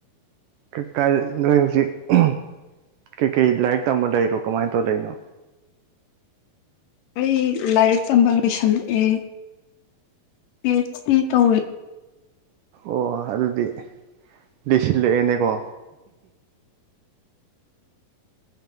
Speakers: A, on the right; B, on the left.
A: ꯀ ꯀꯥꯏꯗꯩ ꯅꯣꯏ ꯍꯧꯖꯤꯛ ꯎꯝ ꯀꯩꯀꯩ ꯂꯥꯏꯔꯤꯛ ꯇꯝꯕ ꯂꯩꯔꯣ ꯀꯃꯥꯏ ꯇꯧ ꯂꯩꯔꯤꯅꯣ
B: ꯑꯩ ꯂꯥꯏꯔꯤꯛ ꯇꯝꯕ ꯂꯣꯏꯁꯜꯂꯛꯑꯦ ꯄꯤ ꯑꯩꯆ ꯗꯤ ꯇꯧꯔꯤ
A: ꯑꯣ ꯑꯗꯨꯗꯤ ꯂꯤꯁꯤꯜꯂꯛꯑꯦꯅꯦꯀꯣ